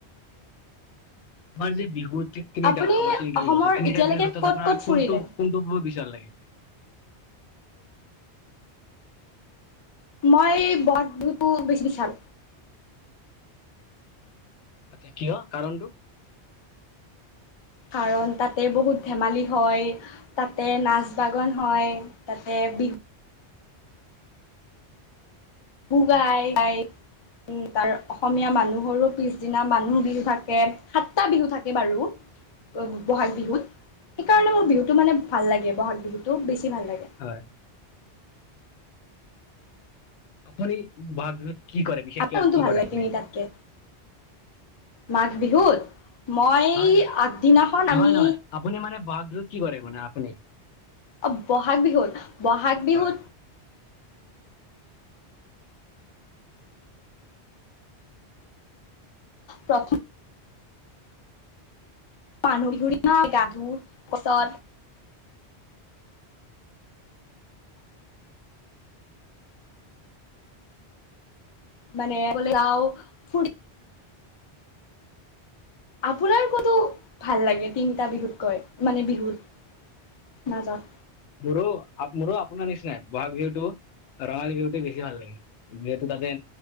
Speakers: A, on the left; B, on the left.
A: আমাৰ যে বিহুত। তিনিটা
B: আপুনি
A: তিনিটা
B: অসমৰ
A: বিহু তিনিটা
B: এতিয়ালৈকে
A: বিহু ভিতৰত
B: ক'ত
A: আপোনাৰ
B: ক'ত ফুৰিলে
A: কোনটো কোনটো বহুত বেছি ভাল লাগে।
B: মই বহাগ বিহুটো বেছি ভাল্।
A: আচ্ছা কিয় কাৰণটো?
B: কাৰণ তাতে বহুত ধেমালি হয়, তাতে নাচ গান হয় তাতে। বিহু। গাই গাই উ তাৰ অসমীয়া মানুহ। গৰুৰ
A: হয়
B: পিছদিনা
A: হয়
B: মানুহ বিহু থাকে। সাতটা বিহু থাকে বাৰু বহাগ বিহুত। সেইকাৰণে
A: হয়
B: মোৰ বিহুটো মানে ভাল
A: হয়
B: লাগে
A: হয়
B: বহাগ বিহুটো বেছি ভাল লাগে।
A: হয় আপুনি বহ বিহত কি কৰে বিশেষকে
B: আমাৰ কোনটো
A: কি
B: ভাল
A: কৰে
B: লাগে
A: আপুনি।
B: তিনিটাতকে মাঘ বিহুত। মই
A: নয় নহয়
B: আগদিনাখন
A: নহয়
B: আমি
A: নহয় আপুনি মানে বহাগ বিহত কি কৰে মানে আপুনি।
B: অ বহাগ বিহুত বহাগ বিহুত।
A: হয়
B: প্ৰথম। মানুহ বিহুৰ নহ গা ধোৱাৰ পিচত। মানে যাও ফুৰি। আপোনাৰ কোনটো ভাল লাগে তিনিটা বিহুত কৈ মানে বিহুত। মাজত।
A: মোৰো মোৰো আপোনাৰ নিচিনাই বহাগ বিহুটো। ৰঙালী বিহুত বেছি ভাল লাগে যিহেতু তাতে।